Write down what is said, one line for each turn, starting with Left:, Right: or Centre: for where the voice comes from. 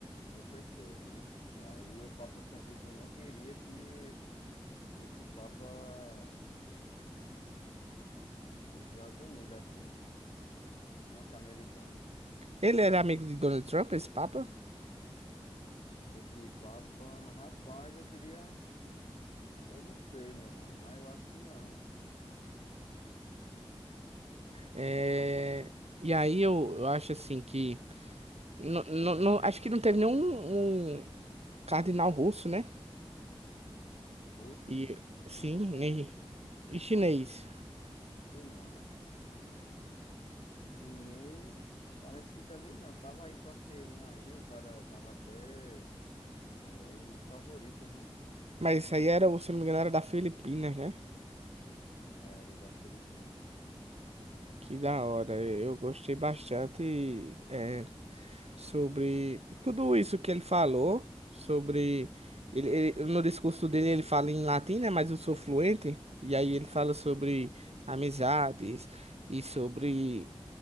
Left: Com certeza, né? E aí o Papa Francisco não queria que, que fosse Papa dos Estados Unidos, assim, norte-americano.
Right: Ele era amigo de Donald Trump, esse Papa.
Left: Esse Papa, rapaz, eu queria. Eu não sei, meu mano, mas eu acho que não.
Right: É... E aí eu, eu acho assim que. Não, não, acho que não teve nenhum um cardeal russo, né?
Left: Russo?
Right: E sim,
Left: Não,
Right: nem
Left: russo.
Right: e chinês.
Left: Russo, russo não, né? É, Chinês, parece que também não. Tava aí pra ser um aí, o cara tava até é, um dos favoritos, né?
Right: Mas isso aí era, se eu não me engano, era da Filipinas, né?
Left: É, Era da Filipina.
Right: Que da hora. Eu gostei bastante é, sobre tudo isso que ele falou, sobre. Ele, ele- no discurso dele ele fala em latim, né? Mas eu sou fluente. E aí ele fala sobre amizades e sobre